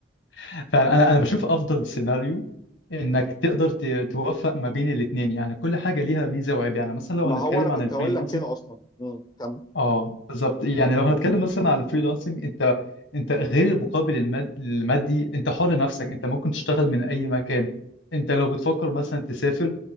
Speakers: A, on the left; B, on the left.
A: <laughs> فعلا انا انا بشوف افضل سيناريو انك تقدر
B: مم.
A: ت- توفق ما بين الاثنين يعني كل حاجة ليها ميزة وعيب يعني مثلا لو
B: ما
A: هنتكلم
B: هو انا كنت
A: عن الفريلانسنج
B: هقول لك كده اصلا مم. كمل
A: اه بالظبط يعني لو هنتكلم مثلا على الفريلانسنج انت انت غير المقابل الماد- المادي انت حر نفسك انت ممكن تشتغل من اي مكان انت لو بتفكر مثلا تسافر